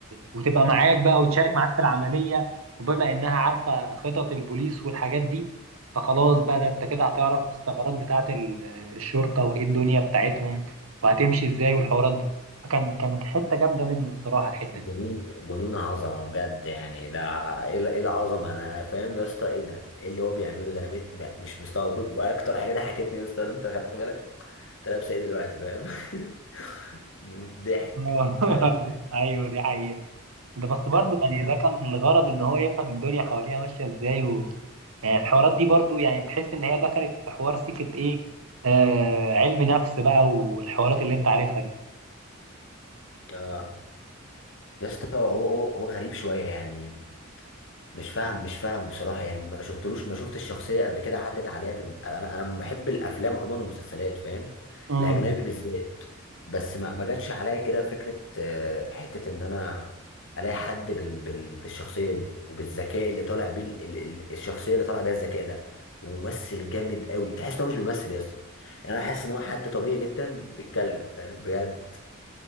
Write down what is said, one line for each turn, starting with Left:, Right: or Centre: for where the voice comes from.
Right: وتبقى معاك بقى وتشارك معاك في العمليه وبما انها عارفه خطط البوليس والحاجات دي فخلاص بقى ده انت كده هتعرف الثغرات بتاعه ال- الشرطه وايه الدنيا بتاعتهم وهتمشي ازاي والحوارات دي فكان كان حته جامده منه الصراحه الحته
Left: جنون
Right: دي
Left: جنون عظمه بجد يعني ده ايه ال- إيه العظمه انا انا فاهم يا اسطى ايه ده ايه اللي هو بيعمله ده انا بقيت م- مش مستوعب واكتر حاجه ضحكتني يا اسطى لو انت خدت بالك انت لابسه ايه دلوقتي فاهم <laughs> ضحك
Right: آه. <laughs>
Left: فاهم
Right: ايوه دي حقيقه ده بس برضه
Left: كانت مضحكة.
Right: يعني ده كان الغرض ان هو يفهم الدنيا حواليها ماشيه ازاي يعني الحوارات دي برضو يعني تحس ان هي دخلت في حوار سكة ايه آه علم نفس بقى والحوارات اللي انت عارفها دي
Left: اه يا اسطى هو هو هو غريب شويه يعني مش فاهم مش فاهم بصراحه يعني ما شفتلوش ما شفت الشخصيه قبل كده عدت عليا في الم... انا انا بحب الافلام عموما والمسلسلات فاهم
Right: امم
Left: الاجنبي بالذات بس ما ما جاتش عليا كده فكره آه، حته ان انا الاقي حد بال بال بالشخصيه دي وبالذكاء اللي طالع بيه ال- ال- ال- الشخصيه اللي طالع بيها الذكاء ده وممثل جامد قوي تحس ان هو مش بيمثل يس يعني انا حاسس ان هو حد طبيعي جدا بيتكلم فاهم بجد